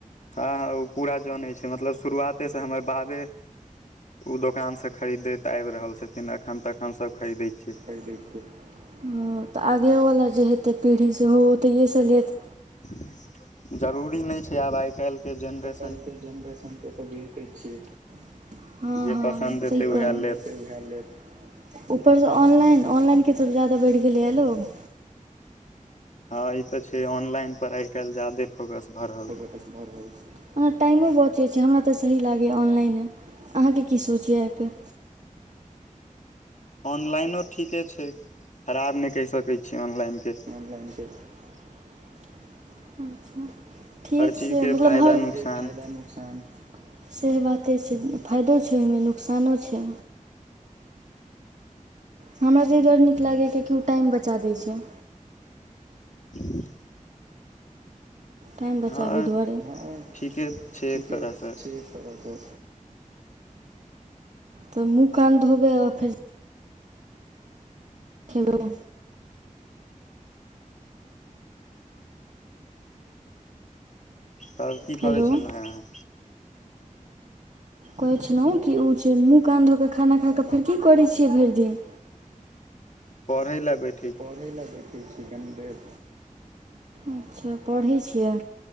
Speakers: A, on the left (about 60°); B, on the right (about 60°).
A: हँ ओ पूरा जानै छै मतलब शुरुआते से हमर बाबे ओ दोकानसँ खरीदैत आबि रहल छथिन एखन तखनसभ खरीदै छियै
B: <unintelligible> हँ तऽ आगेवला जे हेतै पीढ़ी सेहो ओ तहिएसँ लेत
A: <inaudible> जरूरी नै छै आब आइ काइल केँ जनरेसन
B: आइ काइल केँ जेनरेशन केँ तऽ बुझिते छियै हँ
A: जे
B: हँ
A: पसन्द एतै
B: सहि
A: उएह
B: कहलिये
A: लेत
B: <inaudible> ऊपर सँ ऑनलाइन ऑनलाइन केँ तरफ ज्यादा बढ़ि गेलैए लोक
A: हँ ई ते छै ऑनलाइन पर आइ काइल ज्यादे फोकस भ रहल छै
B: <unintelligible> ओना टाइमो बचै छै हमरा तऽ सही लागैएा ऑनलाइने अहाँकेँ की सोच यऽ एहिपर
A: ऑनलाइनो ठीके छै खराब नहि कहि सकैत छी ऑनलाइन केँ
B: <unintelligible> ठीक
A: हर
B: छै
A: चीजके
B: मतलब
A: फायदा
B: हर
A: नुकसान
B: <unintelligible> सेह बाते छै फायदो छै ओहिमे नुकसानो छै हमरा तऽ इ दुआर नीक लागैए किआकि ओ टाइम बचा दैत छै
A: <unintelligible>
B: टाइम बचाबी
A: हँ
B: दुआरे
A: ठीके
B: ठीके
A: छै एक तरहसँ
B: छै एक तरह कऽ तऽ मुँह कान धोबे आ फेर खेबै
A: तब की
B: हेलो
A: करै छलहुँ अहाँ
B: कहै छलहुँ कि ओ छै मुँह कान धोके धऽ कऽ खाना खा कऽ फेर की करै छियै भरि दिन
A: पढ़ै लऽ बेै
B: पढ़ै लए बेटेय छैये कनि देर अच्छा पढ़ै छियै